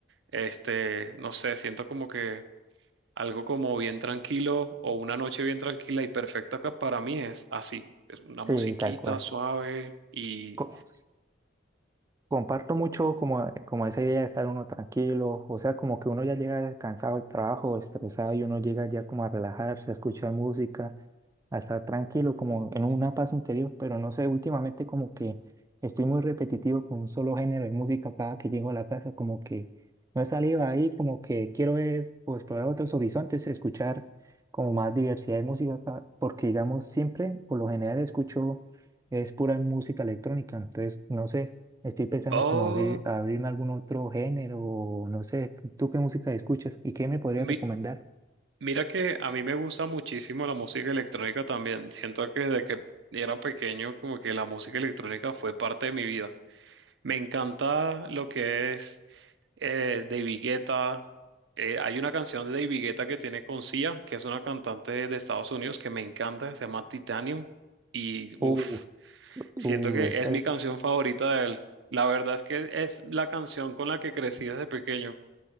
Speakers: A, on the right (about 70°); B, on the right (about 15°).
A: este, no sé, siento como que Algo como bien tranquilo o una noche bien tranquila y perfecta acá para mí es así, es una musiquita
B: Sí, tal cual.
A: suave y...
B: Co- comparto mucho como, como esa idea de estar uno tranquilo, o sea, como que uno ya llega cansado del trabajo, estresado y uno llega ya como a relajarse, a escuchar música. a estar tranquilo, como en una paz interior, pero no sé, últimamente como que estoy muy repetitivo con un solo género de música cada que llego a la casa, como que no he salido ahí, como que quiero ver o explorar otros horizontes, escuchar como más diversidad de música, ca- porque digamos siempre, por lo general escucho es pura música electrónica, entonces no sé, estoy pensando
A: Oh,
B: como abrir, abrirme a algún otro género, o no sé, ¿tú qué música escuchas y qué me podrías
A: mi-
B: recomendar?
A: mira que a mí me gusta muchísimo la música electrónica también. Siento que desde que era pequeño como que la música electrónica fue parte de mi vida. Me encanta lo que es eh, David Guetta. Eh, hay una canción de David Guetta que tiene con Sia, que es una cantante de Estados Unidos que me encanta, se llama Titanium y
B: Uh,
A: uff. Siento
B: uh,
A: que
B: esa
A: es mi
B: es,
A: canción favorita de él. La verdad es que es la canción con la que crecí desde pequeño.